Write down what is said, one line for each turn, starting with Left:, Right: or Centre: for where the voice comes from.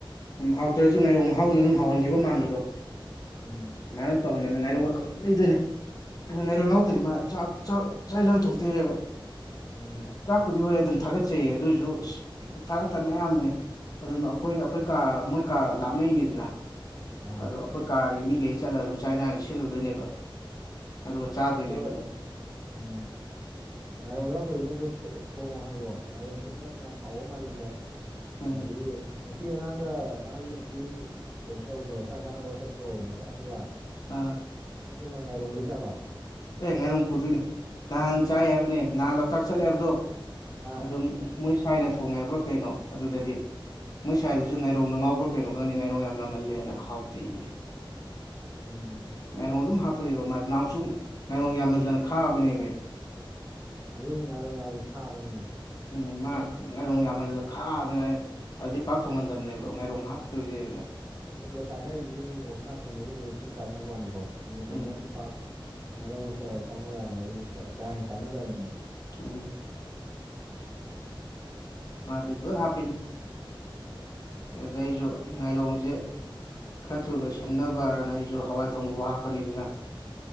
Left: ꯎꯝ ꯍꯥꯎꯇ꯭ꯔꯁꯨ ꯉꯥꯏꯔꯣꯡ ꯍꯥꯎꯗꯨꯅ ꯑꯗꯨꯝ ꯍꯥꯎꯍꯟꯈꯤꯕ ꯃꯥꯟꯕꯗꯣ
Right: ꯎꯝ
Left: ꯑꯃꯥꯏꯅ ꯇꯧꯍꯟ ꯉꯥꯏꯔꯣꯡ ꯑꯗꯨꯝ ꯂꯩꯗꯣꯏꯅꯦ ꯑꯗꯨ ꯉꯥꯏꯔꯧ ꯂꯥꯎꯗꯣꯏꯅꯤ ꯃꯥꯥꯛ ꯆꯥꯛꯖ ꯊꯣꯡꯇꯣꯏꯔꯕ
Right: ꯎꯝ
Left: ꯆꯥꯛꯄꯨꯗꯤ ꯍꯣꯏ ꯑꯗꯨꯝ ꯊꯥꯒꯠꯆꯩꯌꯦ ꯑꯗꯨꯑꯣꯏꯁꯨ ꯊꯥꯒꯠꯇꯅ ꯑꯌꯥꯝꯕꯅꯦ ꯑꯗꯨꯝ ꯑꯩꯈꯣꯏꯅ ꯑꯩꯈꯣꯏ ꯀꯥ ꯃꯣꯏ ꯀꯥ ꯂꯥꯞꯅꯩꯅꯤꯗꯅ
Right: ꯑꯥ
Left: ꯑꯗꯣ ꯑꯩꯈꯣꯏ ꯀꯥꯔꯒꯤ ꯃꯤꯈꯩꯁꯤ ꯆꯠꯂꯒ ꯑꯗꯨꯝ ꯆꯥꯛ ꯢꯁꯥꯡꯁꯤ ꯁꯤꯜꯂꯨꯗꯣꯏꯅꯦꯕ ꯑꯗꯨꯒ ꯆꯥꯗꯣꯏꯅꯦꯕ
Right: ꯑꯗꯣ
Left: ꯑꯗꯨꯝ
Right: ꯎꯝ ꯉꯥꯏꯔꯣꯡ ꯌꯥꯎꯗꯣꯏꯗꯅ ꯊꯣꯡꯉꯣ ꯍꯥꯏꯌꯣ ꯉꯥꯏꯔꯣꯡꯗꯨ ꯅꯪ ꯌꯥꯝ ꯍꯥꯎꯕ ꯃꯥꯜꯍꯜꯂꯦ
Left: ꯎꯝ
Right: ꯑꯗꯒꯤ ꯅꯨꯄꯤ ꯑꯉꯥꯡꯒ ꯃꯥꯒꯤ ꯅꯨꯄꯤ ꯀꯩꯅꯣ ꯇꯧꯕꯗꯣ ꯆꯥꯛ ꯆꯥꯅꯕ ꯆꯠꯄꯗꯣ ꯂꯣꯛꯇꯥꯛꯇꯒ
Left: ꯑꯥ
Right: ꯑꯗꯨꯗꯨ ꯃ ꯉꯥꯏꯔꯣꯡ ꯂꯩ ꯖꯥꯠꯂꯣ
Left: ꯑꯦ ꯉꯥꯏꯔꯣꯡ ꯄꯨꯗꯣꯏꯅꯦ ꯅꯍꯥꯟ ꯆꯥꯏ ꯍꯥꯏꯕꯅꯦ ꯅꯍꯥꯟ ꯂꯣꯛꯇꯥꯛ ꯆꯠꯂꯦ ꯍꯥꯏꯕꯗꯣ
Right: ꯑꯥ
Left: ꯑꯗꯨꯝ ꯃꯣꯏ ꯁꯥꯏꯅ ꯊꯣꯡꯉꯦ ꯍꯥꯏꯕ꯭ꯔꯣ ꯀꯩꯅꯣ ꯑꯗꯨꯗꯗꯤ ꯃꯣꯏ ꯁꯥꯏꯗꯨꯁꯨ ꯉꯥꯏꯔꯣꯡꯗ ꯉꯥꯎꯕ꯭ꯔꯥ ꯀꯩꯅꯣ ꯈꯪꯗꯦ ꯉꯥꯏꯔꯣꯡ ꯌꯥꯝꯃꯜꯂꯦꯅ ꯍꯥꯎꯇꯦꯌꯦ
Right: ꯎꯝ
Left: ꯉꯥꯏꯔꯣꯡ ꯑꯗꯨꯝ ꯍꯥꯞꯄ ꯂꯩꯕ ꯃꯥ ꯅꯍꯥꯟꯃꯨꯛꯁꯨ ꯉꯥꯏꯔꯣꯡ ꯌꯥꯝꯃꯟꯗꯅ ꯈꯥꯕꯅꯦꯃꯦ
Right: ꯑꯗꯨꯅꯤ ꯉꯥꯏꯔꯣꯡ ꯌꯥꯕꯗꯤ ꯈꯥꯕꯅꯦꯃꯦ
Left: ꯎꯝ ꯃꯥ ꯉꯥꯢꯔꯣꯡ ꯌꯥꯝꯍꯜꯂ ꯈꯥꯗꯅꯅꯦ ꯑꯗꯩ ꯄꯥꯛ ꯊꯣꯡꯒꯟꯗꯕꯅꯦꯕ ꯉꯥꯏꯔꯣꯡ ꯍꯥꯞꯇꯣꯏꯗꯤꯅ
Right: ꯉꯥꯢꯔꯣꯡꯒ ꯆꯥꯅꯔꯤꯁꯤꯗꯤ ꯃꯤ ꯑꯣꯛꯁꯥ ꯊꯣꯡꯕꯒꯨꯝꯕꯗ ꯁꯨꯝ ꯆꯥꯅꯕ ꯋꯥꯅꯤꯀꯣ ꯌꯦꯟ ꯊꯣꯡꯕꯒꯗꯤ
Left: ꯎꯝ
Right: ꯄꯥꯛ ꯃꯔꯛ ꯃꯔꯛꯇ ꯆꯥꯅꯧ ꯌꯥꯕꯅꯦ ꯑꯗꯨ ꯀꯥ ꯍꯦꯟꯅ ꯆꯥꯟꯅꯗꯕꯅꯦꯕ
Left: ꯎꯝ ꯃꯥꯗꯤ ꯂꯣꯢ ꯍꯥꯞꯄꯤꯅꯤ ꯑꯗꯨꯗꯩ ꯑꯩꯖꯨ ꯉꯥꯏꯔꯣꯡꯖꯦ ꯈ꯭ꯔ ꯊꯨꯅ ꯂꯣꯏꯁꯟꯅꯕꯅ ꯑꯩꯖꯨ ꯍꯋꯥꯏ ꯊꯣꯡꯕꯕꯧ ꯍꯥꯞꯄꯅꯤꯗꯅ